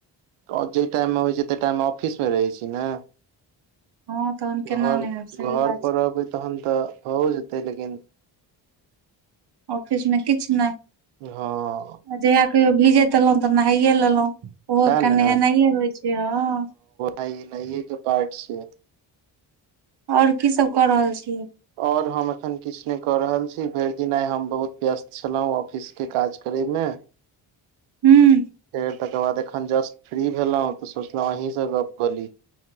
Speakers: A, on the right (about 85°); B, on the right (about 55°).
A: जाहि टाइममे होइ छै तइ टाइम मे ऑफिस मे रहै छी ने।
B: हँ तहन केना
A: घर
B: नहि हैब सही
A: घर
B: बात
A: पर रहबै तखन तऽ भैयो जेतेै लेकिन
B: ऑफिस मे किछ ने।
A: हँ।
B: जहिया कहियो भीजैत एलहुं तऽ नहाइये लेलहुं ओहो
A: सएह
B: एकटा
A: ने
B: नहेनाइये होय छै हं।
A: आइ नहाइए के पार्ट छै।
B: और की सब क रहल छी।
A: और हम एखन किछु नहि कऽ रहल छी भरि दिन आइ हम बहुत व्यस्त छलहुँ ऑफिस के काज करय मे
B: हुं।
A: फेर तकर बाद एखन जस्ट फ्री भेलहुँं तऽ सोचलहुं अहीसँ गप क ली।